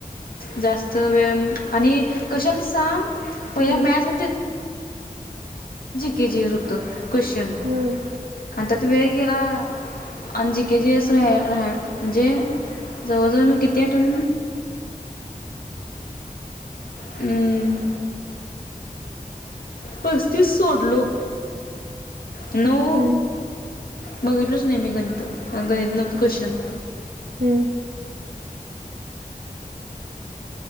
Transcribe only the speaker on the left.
जास्त वेळ, आणि कशाला ते सांग? पहिल
मॅथ्स <unintelligible> क्वेश्चन.
आणी त्यात वेळ गेला. आणि जी के चे <unintelligible> म्हणजे जवळजवळ मी किती ॲटम ऊ. हुं. पस्तीस सोडलो. नऊ
बघितलच नाही मी गणित. गणित <unintelligible> क्वेश्चन.